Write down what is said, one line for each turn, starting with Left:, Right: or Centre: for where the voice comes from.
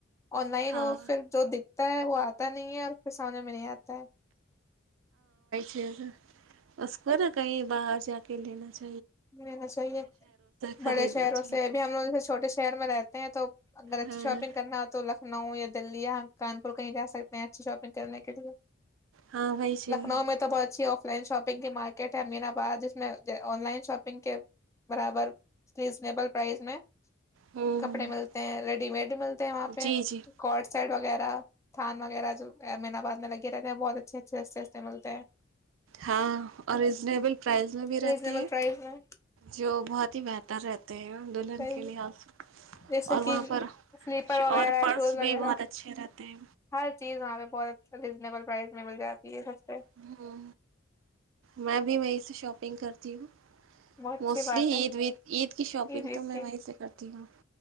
Left: آن لائن
Right: ہاں
Left: وہ پھر جو د آتا ہے وہ آتا نہیں ہے اور اس پھر سامنے میں نہیں آتا ہے
Right: ز اس کو نا کہیں باہر جا کے لینا چاہی
Left: لینا چاہیے
Right: خریدنا
Left: بڑے شہروں
Right: چاہیے
Left: سے اب ہم لوگوں چھوٹے شہر میں رہتے ہیں تو اگر اچھی
Right: ہاں
Left: شاپنگ کرنا ہو تو لکھنؤ یا دلی اں کانپور کہیں جا سکتے ہیں اچھی شاپنگ کرنے کے لیے
Right: ہاں وہی چیز
Left: لکھنؤ میں تو بہت اچھی آ لائن شاپنگ کی مارکیٹ ہے امین آباد جس میں آن لائن شاپنگ شنگ کے برابر ریزنیبل پرائز میں
Right: ہوں
Left: کپڑے
Right: ہوں
Left: ملتے ہیں ریڈی میڈ بھی ملتے ہیں وہاں پہ
Right: جی جی
Left: کٹ سیٹ وغیرہ تھان وغیرہ جو امین آباد میں لگے رہتے ہیں بہت اچھے اچھے آستے آستے ملتے ہیں
Right: ہاں اور ریزنیبل پرائز میں بھی رہتے
Left: ریزنیبل
Right: ہیں
Left: پرائز میں
Right: جو بہت ہی بہتر رہتا ت دلہن
Left: صحیح
Right: کے لحاظ
Left: جیسے
Right: اور
Left: کہ
Right: وہاں پر
Left: سلیپر وغیرہ
Right: اور پرس
Left: ہے شوز
Right: بھی
Left: وغیرہ
Right: بہت اچھے رہتے ہیں
Left: ہر چیز وہاں پہ بہت اچھ ریزنیبل پرائز میں مل جاتی ہے سب
Right: ہ میں بھی وہیں سے شاپ نگ کرتی ہوں
Left: بت
Right: موسٹلی
Left: اچھی بات
Right: عید
Left: ہے
Right: وید عید کی شاپنگ تو میں
Left: کی
Right: وہیں سے کرتی ہوں